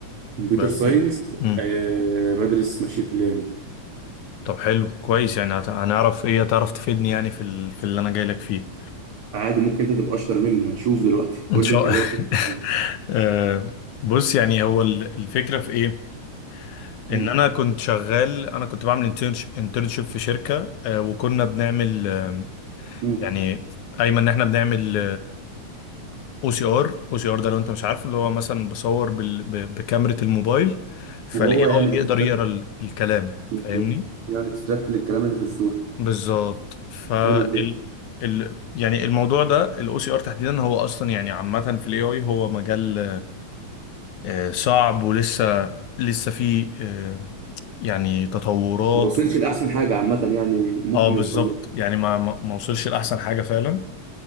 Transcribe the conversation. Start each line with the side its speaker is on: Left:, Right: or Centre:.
Right: كمبيوتر
Left: ب-
Right: ساينس
Left: ب- مم.
Right: آه بدرس ماشين ليرنينج
Left: طب حلو كويس يعني هت- هنعرف ايه هتعرف تفيدني يعني في ال... في اللي انا جاي لك فيه
Right: عادي ممكن انت تبقى اشطر مني هنشوف دلوقتي
Left: ان
Right: قول
Left: شاء
Right: لي انت
Left: الله
Right: جاي تسال
Left: <laughs>
Right: فين
Left: آه، بص يعني هو ال- الفكرة في ايه ان
Right: امم
Left: انا كنت شغال انا كنت بعمل انترنشيب في شركة آه، وكنا بنعمل آه،
Right: امم
Left: يعني ايمن ان احنا بنعمل او سي ار او سي ار ده لو انت مش عارفه اللي هو مثلا بصور بال... ب... بكاميرا الموبايل فالاي
Right: وهو
Left: اي
Right: يعمل اكستراكت
Left: يقدر يقرا ال... الكلام
Right: بالظبط
Left: فاهمني
Right: يعمل اكستراكت للكلام اللي في الصوره
Left: بالظبط فال
Right: حلو جدا
Left: ال... يعني الموضوع ده الاو سي ار تحديدا هو اصلا يعني عامه في الاي اي هو مجال آه، صعب ولسه لسه فيه آه، يعني تطورات
Right: ما وصلش لاحسن حاجه عامه يعني ممكن
Left: اه
Right: يوصل
Left: بالظبط
Right: له
Left: يعني ما ما ما وصلش لاحسن حاجه فعلا